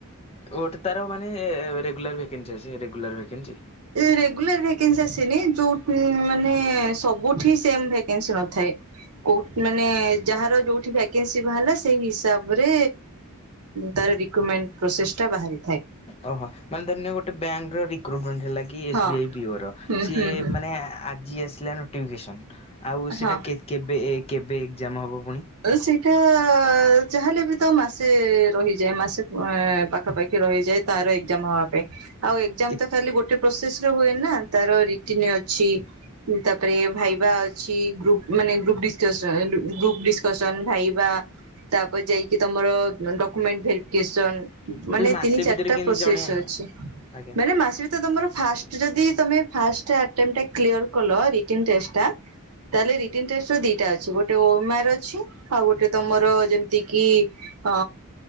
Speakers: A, on the left; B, on the right.
A: ଗୋଟେ ତାର ମାନେ ରେଗୁଲାର ଭେକେନ୍ସି ଅଛି ରେଗୁଲାର ଭେକେନ୍ସି
B: ରେଗୁଲାର ଭକେନ୍ସି ଆସିନି ଯୋଉ ମାନେ ସବୁଠି ସେମ ଭେକେନ୍ସି ନଥାଏ। ଉ ମାନେ ଯାହାର ଯୋଉଠି ଭକେନ୍ସି ବାହାରିଲା ସେଇ ହିସାବରେ ତାର ରିକିମେଣ୍ଟ ପ୍ରୋସେସଟା ବାହାରି
A: ଓହୋ ମାନେ ଧରିନିଅ ଗୋଟେ ବ୍ୟାଙ୍କର ରିକ୍ରୁଟମେଣ୍ଟ ହେଲା କି ଏସ୍
B: ହଁ
A: ବି ଆଇ ପିଓର
B: ହୁଁ
A: ସିଏ
B: ହୁଁ ହୁଁ
A: ମାନେ ଆଜି ଆସିଲାଣି। ନୋଟିଫିକେସନ୍ ଆଉ ସେଇଟା
B: ହଁ।
A: କେବେ କେବେ ଏକ୍ଜାମ ହେବ ପୁଣି?
B: ସେଇଟା ଯାହାଲେ ବି ତ ମାସେ ରହିଯାଏ ମାସେ ପାଖାପାଖି ରହିଯାଏ। ତାର ଏକ୍ଜାମ ହବା ପାଇଁ ଆଉ ଏକ୍ଜାମ
A: ଏ
B: ତ ଖାଲି ଗୋଟେ ପ୍ରୋସେସ ହୁଏନି ନା ତାର ରିଟିନ ଅଛି ତାପରେ ଭାଇବା ଅଛି ଗ୍ରୁପ ମାନେ ଗ୍ରୁପ ଗ୍ରୁପଡି ଡିଷ୍କସନ ଭାଇବା ତାପରେ ଯାଇକି ତମର ଡକୁମେଣ୍ଟ ଭେରିଫିକେସନ।
A: ତାହେଲେ
B: ମାନେ
A: ମାସେ
B: ତିନି ଚାରିଟା
A: ଭିତରେ କେମିତି
B: ପ୍ରୋସେସ୍
A: ଜଣେ
B: ଅଛି
A: ଆଜ୍ଞା
B: ମାନେ ମାସେ ଭିତରେ ତମର ଫାଷ୍ଟ ଯଦି ତମେ ଫାଷ୍ଟ ଆଟେଣ୍ଡଟା କ୍ଲିୟର କଲ ମାନେ ରିଟିନ ଟେଷ୍ଟ ଟା ତାହେଲେ ରଟିନ୍ ଟେଷ୍ଟ ର ଦିଟା ଅଛି ଗୋଟେ ଓମର ଅ ଆଉ ଗୋଟେ ତମର ଯେମିତି କିି ଅ